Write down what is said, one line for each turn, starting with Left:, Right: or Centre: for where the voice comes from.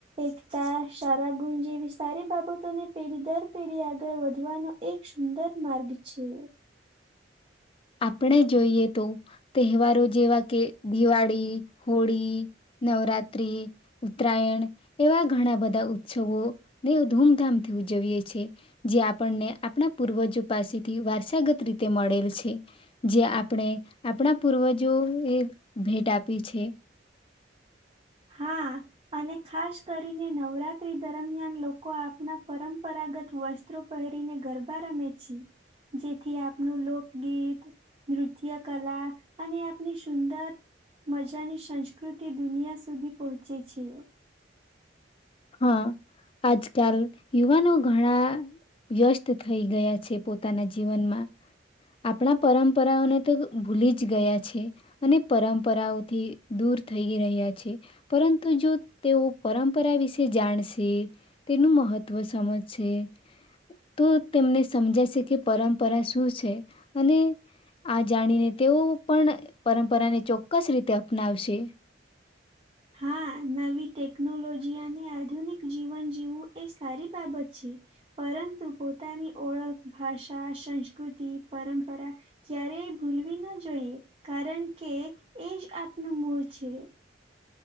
Right: એકતા, સારા ગુણ જેવી સારી બાબતોને પેઢી દર પેઢી આગળ વધવાનો એક સુંદર માર્ગ છે.
Left: આપણે જોઈએ તો તહેવારો જેવા કે દિવાળી, હોળી, નવરાત્રી, ઉત્તરાયણ એવા ઘણા બધા ઉત્સવો ને ધૂમધામથી ઉજવીએ છે જે આપણને આપણા પૂર્વજો પાસેથી વારસાગત રીતે મળેલ છે. જે આપણે આપણા પૂર્વજોએ ભેટ આપી છે.
Right: હા, અને ખાસ કરીને નવરાત્રી દરમિયાન લોકો આપણા પરંપરાગત વસ્ત્રો પહેરીને ગરબા રમે છે. જેથી આપનું લોકગીત, નૃત્યકલા અને આપની સુંદર મજાની સંસ્કૃતિ દુનિયા સુધી પહોંચી છે.
Left: હા, આજકાલ યુવાનો ઘણા વ્યસ્ત થઈ ગયા છે પોતાના જીવનમાં આપણા પરંપરાઓને તો ભૂલી જ ગયા છે. અને પરંપરાઓથી દૂર થઈ રહ્યા છે. પરંતુ જો તેઓ પરંપરા વિશે જે જાણશે, તેનું મહત્વ સમજશે, તો તેમને સમજાશે કે પરંપરા શું છે? અને આ જાણીને તેઓ પણ પરંપરાને ચોક્કસ રીતે અપનાવશે.
Right: હા, નવી ટેકનોલોજી અને આધુનિક જીવન જીવવું એ સારી બાબત છે. પરંતુ પોતાની ઓળખ, ભાષા સંસ્કૃતિ, પરંપરા ક્યારેય ભૂલવી ન જોઈએ કારણ કે એજ આપનું મૂળ છે.